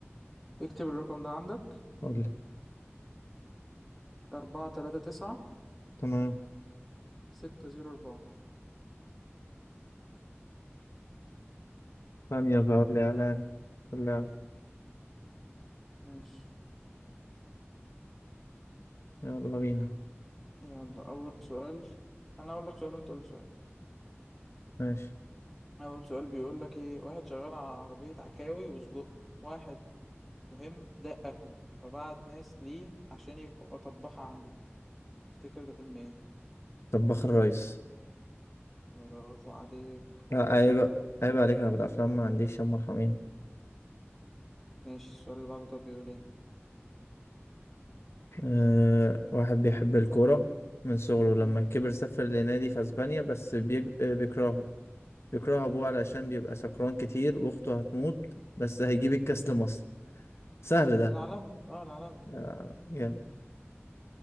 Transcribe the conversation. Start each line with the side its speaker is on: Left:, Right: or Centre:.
Centre: اكتب الرقم ده عندك
Left: قول لي
Centre: أربعة تلاتة تسعة
Left: تمام
Centre: ستة زيرو أربعة
Left: ثانيه بقى قول لي اعلان اللعب
Centre: ماشي
Left: يلا بينا
Centre: يلا أول سؤال أنا أقول لك سؤال وأنت قول لي سؤال
Left: ماشي
Centre: أول سؤال بيقول لك إيه واحد شغال على عربية عكاوي وسجق واحد مهم ده أكله فبعت ناس ليه عشان يبقى طباخة عنده تفتكر ده فيلم إيه؟
Left: طباخ الريس
Centre: برافو عليك طب
Left: لا
Centre: ما أنت
Left: عيب
Centre: شاطر أهو
Left: عيب عليك انا في الافلام ما عنديش يا مرحمين
Centre: ماشي السؤال اللي بعده طب بيقول إيه؟
Left: أه واحد بيحب الكورة من صغره لما
Centre: مم.
Left: كبر سافر لنادي في أسبانيا بس بيج... آه، بيكرهه بيكره أبوه علشان بيبقى سكران كتير وأخته هتموت بس هيجيب الكاس لمصر سهل
Centre: ده
Left: ده
Centre: العالمي أه العالمي
Left: آه، جامد